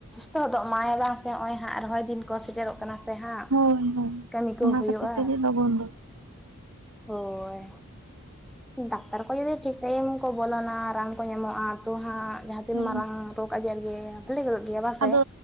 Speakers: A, in the centre; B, on the right.
A: ᱛᱚ ᱫᱚᱜ ᱢᱟᱭ ᱵᱟᱝ ᱥᱮ ᱱᱚᱜᱼᱚᱭ ᱦᱟᱸᱜ ᱨᱚᱦᱚᱭ ᱫᱤᱱ ᱠᱚ ᱥᱮᱴᱮᱨᱚᱜ ᱠᱟᱱᱟ᱾ ᱛᱚ ᱦᱟᱸᱜ
B: ᱦᱳᱭ ᱦᱳᱭ
A: ᱠᱟᱹᱢᱤ ᱠᱚ
B: ᱚᱱᱟ
A: ᱦᱩᱭᱩᱜᱼᱟ᱾
B: <unintelligible>
A: ᱦᱳᱭ ᱰᱟᱠᱛᱟᱨ ᱠᱚ ᱡᱩᱫᱤ ᱴᱷᱤᱠ ᱴᱟᱭᱤᱢ ᱨᱮᱠᱚ ᱵᱚᱞᱚᱱᱟ ᱨᱟᱱ ᱠᱚ ᱮᱢᱚᱜᱼᱟ᱾ ᱛᱚ ᱦᱟᱸᱜ ᱡᱟᱦᱟᱸ ᱛᱤᱱ
B: ᱦᱮᱸ
A: ᱢᱟᱨᱟᱝ ᱨᱳᱜᱽ ᱟᱡᱟᱨ ᱜᱮ ᱵᱷᱟᱹᱞᱤ ᱜᱚᱫᱚᱜ ᱜᱮᱭᱟ ᱵᱟᱥᱮ
B: ᱟᱫᱚ